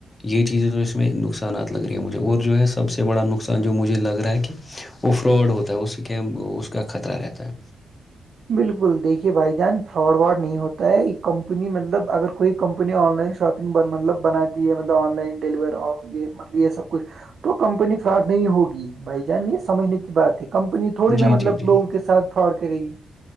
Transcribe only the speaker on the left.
یہ چیزیں تو اس میں نقصان لگ رہی ہیں مجھے اور جو ہے سب سے بڑا نقصان جو مجھے لگ رہا ہے کہ وہ فراڈ ہوتا ہے وہ اسکم اس کا خطرہ رہتا ہے
جی
جی جی